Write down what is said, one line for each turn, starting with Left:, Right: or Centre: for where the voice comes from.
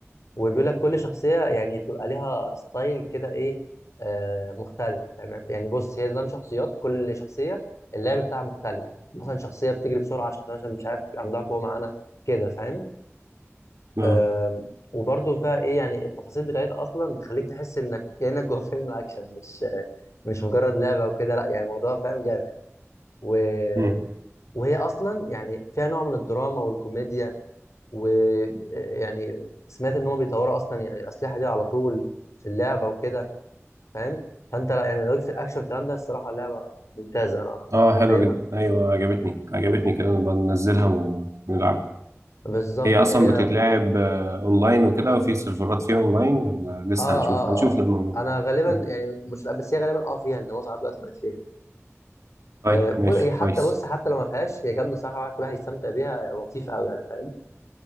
Left: وبيقول لك كل شخصيه يعني تبقى ليها ستايل كده ايه آه مختلف يعني يعني بص هي نظام شخصيات كل شخصيه اللعب بتاعها مختلف مثلا شخصيه بتجري بسرعه شخصيه عشان مش عارف عندها قوه معانا كده فاهم
Right: اه
Left: آه وبرضو فيها ايه يعني التفاصيل بتاعتها اصلا بتخليك تحس انك كانك جوه فيلم اكشن مش مش مجرد لعبه وكده لا يعني الموضوع فاهم جامد وهي
Right: مم.
Left: اصلا يعني فيها نوع من الدراما والكوميديا ويعني سمعت ان هم بيطوروا اصلا يعني الاسلحه دي على طول في اللعبه وكده فاهم فانت لا يعني لو ليك في الاكشن والكلام ده الصراحه اللعبه ممتازه انا
Right: اه
Left: اقيمها
Right: حلو جدا ايوه عجبتني عجبتني كده نبقى ننزلها ونلعبها
Left: بالظبط
Right: هي
Left: فهي
Right: اصلا بتتلعب
Left: اه
Right: آه، اونلاين وكده وفي سيرفرات فيها اونلاين ولا لسه
Left: اه
Right: هنشوف
Left: اه
Right: هنشوف لما
Left: انا غالبا
Right: مم.
Left: يعني مش لا بس هي غالبا اه فيها ان معظم دلوقتي بقت فيها
Right: طيب
Left: آه، ب-
Right: ماشي
Left: هي حتى
Right: كويس
Left: بص حتى لو ما فيهاش هي جامده صح الواحد كلها هيستمتع بيها لطيفه قوي يعني فاهم